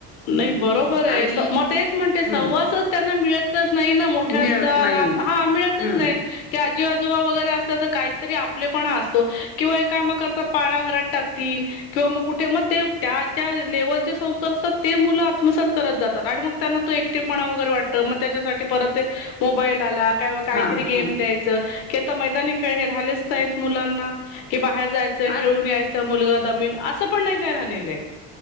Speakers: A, on the left (about 75°); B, on the left (about 25°).
A: नाही बरोबर ये
B: आणि
A: म तेच म्हणते सहवासच
B: हं,
A: त्यांना मिळत तच नाही ना मोठ्यांचा
B: मिळत नाहीये.
A: लहा हा मिळतच
B: हं,
A: नाही की आ जीआजोबा वगैरे असल्या तर काहीतरी आपले पणा असतो किंवा हे काय मग करतात पाळाणाघरात टाकतील. किंवा मग कुठे मग ते त्याच्या लेवलचे संस्कार असतात ते मुलं आत्मसात करत जातात आणि मग त्यांना तो एकटेपणा वगैरे वाटत मग त्याच्यासाठी परत ते मोबाईल झाला काय म कायतरी
B: हां,
A: गेम
B: हां.
A: द्यायच की आता मैदानी खेळ हे राहलेच नाय मुलांना की बाहेर जायचं
B: आज
A: खेळून यायचं मुलगा दमेल असं पण नाय काय राहिलेलंय.